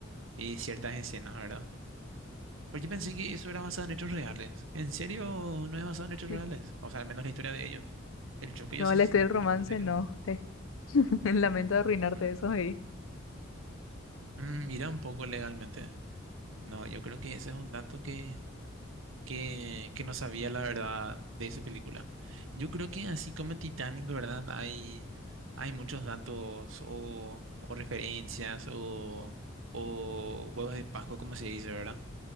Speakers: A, on the right; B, on the left.
A: eh, ciertas escenas, ¿verdad? Porque pensé que eso era basado en hechos reales. ¿En serio no es basado en hechos
B: <laughs>
A: reales? O sea, al menos la historia de ellos. El choque yo
B: No,
A: sí,
B: la historia
A: sí- yo
B: del romance
A: sí sé que
B: no,
A: fue.
B: <laughs> lamento arruinarte
A: Mm.
B: eso ahí.
A: Mm, mira un poco legalmente. No, yo creo que ese es un dato que, que, que no sabía la verdad de esa película. Yo creo que así como en Titanic, ¿verdad? Hay, hay muchos datos o, o referencias o, o huevos de Pascua, como se dice, ¿verdad?